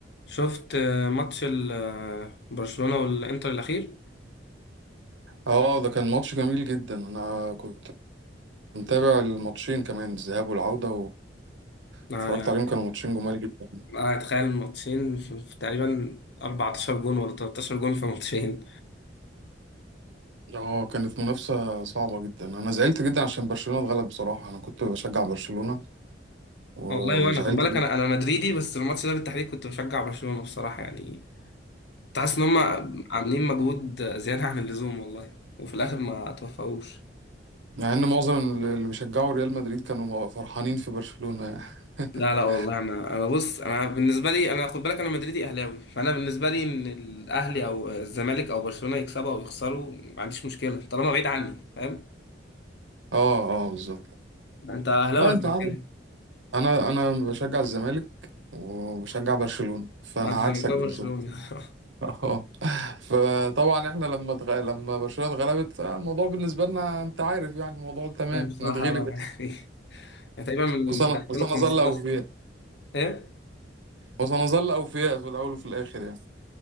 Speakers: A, on the left (about 65°); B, on the right (about 80°).
A: شفت آه، ماتش ال- آه، برشلونة والإنتر الأخير
B: اه ده كان ماتش جميل جدا انا كنت متابع الماتشين كمان الذهاب والعودة
A: آه،
B: واتفرجت عليهم
A: يعني
B: كانوا ماتشين جمال جدا
A: أنا أتخيل ماتشين في في تقريبا 14 جون ولا 13 جون في ماتشين
B: اه كانت منافسة صعبة جدا انا زعلت جدا عشان برشلونة اتغلب بصراحة انا كنت بشجع برشلونة وزعلت
A: والله وأنا خد بالك
B: جدا
A: أنا أنا مدريدي بس الماتش ده بالتحديد كنت بشجع برشلونة بصراحة يعني كنت حاسس إن هم عاملين مجهود زيادة عن اللزوم والله وفي الآخر ما توفقوش
B: مع ان معظم اللي بيشجعوا ريال مدريد كانوا فرحانين في برشلونة يعني
A: لا لا
B: <laughs>
A: والله أنا أنا بص أنا بالنسبة لي أنا خد بالك أنا مدريدي أهلاوي فأنا بالنسبة لي إن الأهلي أو الزمالك أو برشلونة يكسبوا أو يخسروا ما عنديش مشكلة طالما بعيد عني فاهم
B: اه اه بالظبط
A: انت اهلاوي
B: لا
A: ولا
B: انت
A: زملكاوي؟
B: عارف انا انا بشجع الزمالك وبشجع برشلونة فانا
A: اه، انت زملكاوي
B: عكسك بالظبط
A: برشلوني <laughs>
B: <laughs> اه فطبعا احنا لما تغ... لما برشلونة اتغلبت آه، الموضوع بالنسبة لنا انت عارف يعني الموضوع تمام
A: طيب بصراحه
B: نتغلب
A: اه، يعني يعني تقريبا من
B: وسن...
A: 2015
B: وسنظل اوفياء
A: ايه؟
B: وسنظل اوفياء في الاول وفي الاخر يعني